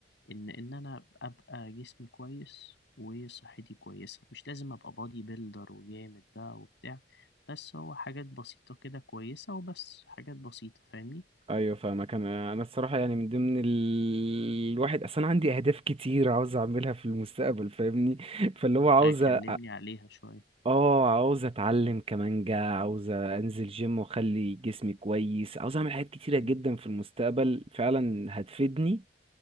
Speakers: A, on the left; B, on the right.
A: إن إن أنا أبقى جسمي كويس وصحتي كويسة مش لازم أبقى بادي بيلدر وجامد بقى وبتاع بس هو حاجات بسيطة كده كويسة وبس حاجات بسيطة فاهمني
B: ايوه فاهمك انا انا الصراحه يعني من ضمن ال... الواحد اصلا انا عندي اهداف كتير عاوز اعملها في المستقبل فاهمني <laughs> فاللي هو عاوز
A: أكلمني
B: أ-
A: عليها شوية
B: اه عاوز اتعلم كمانجا عاوز انزل جيم واخلي جسمي كويس عاوز اعمل حاجات كتيره
A: مم.
B: جدا في المستقبل فعلا هتفيدني